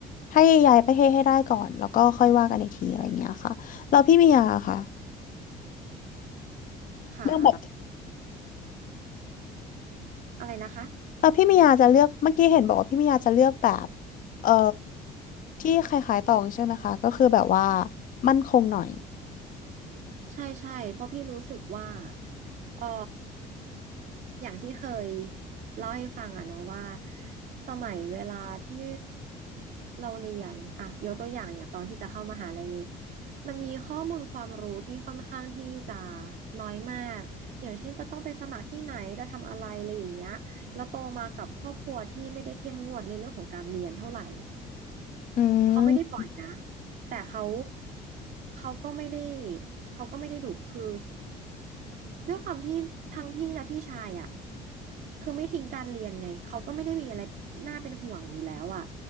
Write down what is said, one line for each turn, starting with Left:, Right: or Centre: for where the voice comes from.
Left: ให้ย้ายประเทศให้ได้ก่อนแล้วก็ค่อยว่ากันอีกทีอะไรอย่างเงี้ยค่ะแล้วพี่มียาค่ะ
Right: ๆค่ะ
Left: เลือกแบบ
Right: อะไรนะคะ
Left: เออพี่มียาจะเลือกเมื่อกี้เห็นบอกว่าพี่มียาจะเลือกแบบเออที่คล้ายๆตองใช่ไหมคะก็คือแบบว่ามั่นคงหน่อย
Right: ใช่ใช่เพราะพี่รู้สึกว่าเอ่ออย่างที่เคยเล่าให้ฟังอะเนาะว่าสมัยเวลาที่เราเรียนอะยกตัวอย่างอย่างตอนที่จะเข้ามหาลัยเลยมันมีข้อมูลความรู้ที่ค่อนข้างที่จะน้อยมากอย่างเช่นจะต้องไปสมัครที่ไหนจะทำอะไรอะไรอย่างเงี้ยแล้วโตมากับครอบครัวที่ไม่ได้เข้มงวดในเรื่องของการเรียนเท่าไหร่
Left: อื
Right: เขาไม่ได้ปล่อยนะ
Left: ม
Right: แต่เขาเขาก็ไม่ได้เขาก็ไม่ได้ดุคือ ด้วยความที่ทั้งพี่และพี่ชายอ่ะคือไม่ทิ้งการเรียนไงเขาก็ไม่ได้มีอะไรน่าเป็นห่วงอยู่แล้วอ่ะ